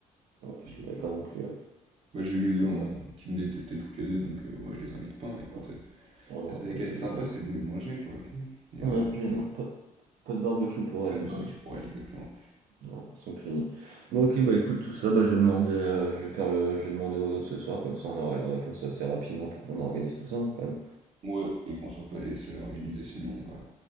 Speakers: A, on the right; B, on the right.
A: Ouais,
B: Exactement.
A: Je l'aimais pas non plus, elle.
B: Moi j'ai eu les deux
A: Ouais,
B: hein,
A: ouais,
B: qui me détestaient toutes les deux, donc euh, moi je les invite pas. hein, écoute,
A: non,
B: euh,
A: on n'aura
B: elles avaient
A: pas
B: qu'à
A: les
B: être
A: invités.
B: sympas
A: hein.
B: si elles voulaient manger quoi avec nous. Et
A: Ouais,
B: ouais, je
A: mais
B: te le
A: non,
B: dis.
A: pas, pas de barbecue pour
B: Pas
A: elle
B: de
A: du
B: barbecue
A: coup.
B: pour elles, exactement.
A: Non, ils sont punis. Bon, ok, bah écoute, tout ça, bah je vais demander, euh, je vais faire le, je vais demander aux autres ce soir, comme ça on aura une réponse assez rapidement pour qu'on organise tout ça, hein, quand même.
B: Ouais, et qu'on soit pas les seuls à organiser, sinon on va,